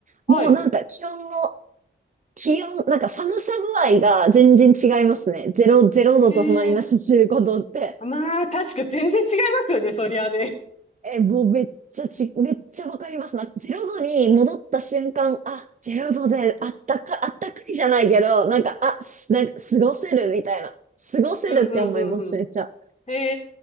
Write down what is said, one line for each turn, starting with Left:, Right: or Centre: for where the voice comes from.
Left: はい。
Right: もうなんか気温の、気温、なんか寒さ具合が全然違いますね。
Left: うん。
Right: 0、ゼロ度とマイナス15度って。
Left: へえ。まあ、確か全然違いますよね、そりゃね。
Right: え、もうめっちゃち、めっちゃわかりますな。ゼロ度に戻った瞬間、あ、ゼロ度であったか、
Left: うん、
Right: あったかいじゃないけど、なんか、あ、すなんか過ごせるみたいな。過ごせるって思います、
Left: うん、うん、うん。うん
Right: めっちゃ。
Left: へ